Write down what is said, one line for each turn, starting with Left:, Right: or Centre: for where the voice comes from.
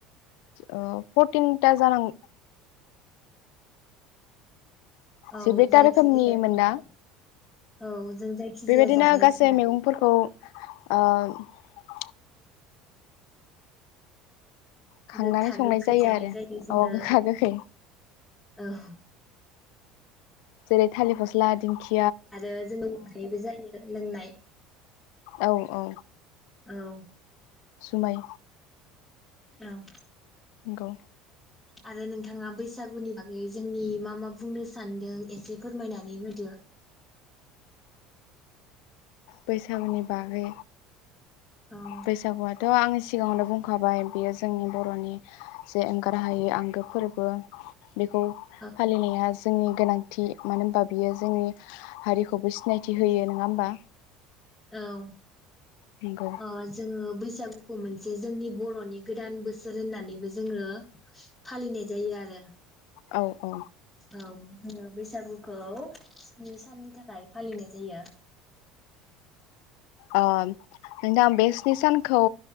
Left: ओ फरटिनता जानांग
Centre: औ
Left: जिब्रैथा
Centre: जायखिजाया
Left: रोखोमनि
Centre: जोङो
Left: मोनना
Centre: औ जों जायखि
Left: बेबायदिनो
Centre: जाया जानाय
Left: गासै
Centre: जायो
Left: मैगंफोरखौ ओ खांनानै
Centre: गोखा
Left: संनाय
Centre: गोखै
Left: जायो
Centre: जानाय
Left: आरो
Centre: जायो जोङो
Left: औ गोखा गोखै
Centre: औ
Left: जेरै थालिर फस्ला दिंखि
Centre: आरो जोङो उखायबो जायो लोंनाय
Left: औ औ
Centre: औ <unintelligible>
Left: जुमाय
Centre: औ
Left: नोंगौ
Centre: आरो नोंथाङा बैसागुनि बागै जोंनि मा मा बुंनो सानदों एसे फोरमायनानै होदो
Left: बैसागुनि बागै
Centre: औ
Left: बैसागुआथ‌ आं सि सिगाङावनो बुंखाबाय बियो जोंनि बर'नि जे एंगारहायै आंगो फोरबो बेखौ
Centre: औ
Left: फालिनाया जोंनि गोनांथि मानो होनबा बियो जोंनि हारिखौबो सिनायथि होयो नोङा होमबा
Centre: औ
Left: नंगौ
Centre: अ जोङो बैसागुखौ मोनसे जोंनि बरनि गोदान बोसोर होननानैबो जोङो फालिनाय जायो आरो
Left: औ औ
Centre: औ जोंओ बैसागुखौ स्नि साननि थाखाय फालिनाय जायो
Left: आम नोंथां बे स्नि सानखौ